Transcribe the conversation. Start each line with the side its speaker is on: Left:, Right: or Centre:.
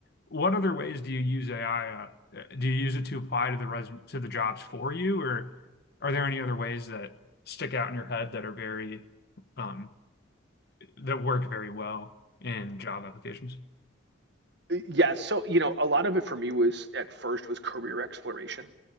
Left: What other ways do you use AI? Uh, uh, do you use it to apply to the resume to the jobs for you, or are there any other ways that stick out in your head that are very um, that work very well in job applications? <laughs>
Right: yeah so you know a lot of it for me was at first was career exploration